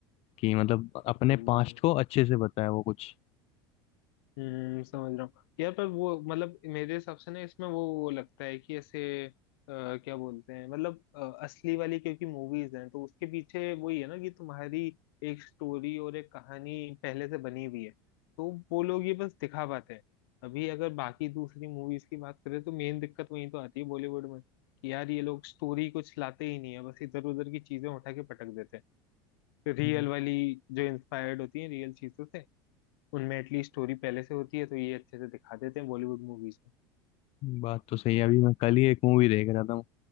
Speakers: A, on the left (about 55°); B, on the left (about 75°).
A: कि मतलब अपने
B: हम्म,
A: पास्ट को अच्छे से बताया वो कुछ
B: हम्म समझ रहा हूँ यार पर वो मतलब मेरे हिसाब से ना इसमें वो वो लगता है कि ऐसे अ, क्या बोलते हैं मतलब अ, असली वाली क्योंकि मूवीज हैं तो उसके पीछे वही है ना कि तुम्हारी एक स्टोरी और एक कहानी पहले से बनी हुई है तो वो लोग ये बस दिखा पाते हैं अभी अगर बाकी दूसरी मूवीज की बात करें तो मेन दिक्कत वही तो आती है बॉलीवुड में कि यार ये लोग स्टोरी कुछ लाते ही नहीं है बस इधर उधर की चीजें उठा के पटक देते हैं रियल
A: हम्म,
B: वाली जो इंस्पायर्ड होती है रियल चीजों से उनमें एटलीस्ट स्टोरी पहले से होती है तो ये अच्छे से दिखा देते हैं बॉलीवुड मूवीज
A: बात तो सही है अभी मैं कल ही एक मूवी देख रहा था